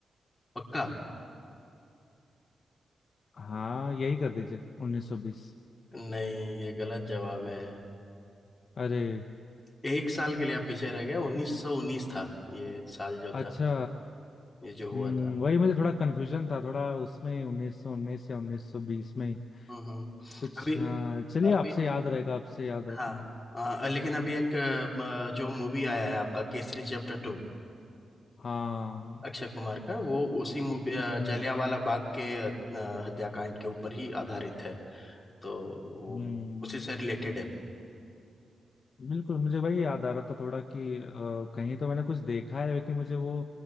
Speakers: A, on the left; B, on the left.
A: पक्का
B: हाँ यही कर दीजिए 1920
A: नहीं ये गलत जवाब है
B: अरे
A: एक साल के लिए आप पीछे रह गए 1919 था ये साल जो
B: अच्छा
A: था ये जो हुआ
B: हम्म
A: था
B: वही मुझे थोड़ा कन्फ्यूजन था थोड़ा उसमें 1919 या 1920 में ही
A: हम्म हम्म।
B: कुछ
A: अभी
B: हाँ चलिए
A: अभी
B: आपसे याद रहेगा आपसे याद रखूंगा
A: हाँ अ, लेकिन अभी एक अ, अ, जो मूवी आया है आपका केसरी चैप्टर टू
B: हाँ हम्म
A: अक्षय कुमार का वो उसी मूवी अ,
B: हम्म
A: जलियांवाला बाग के अ, हत्याकांड के ऊपर ही आधारित है तो वो
B: हम्म,
A: उसी से रिलेटेड है
B: बिल्कुल मुझे वही याद आ रहा था थोड़ा कि अ, कहीं तो मैंने कुछ देखा है लेकिन मुझे वो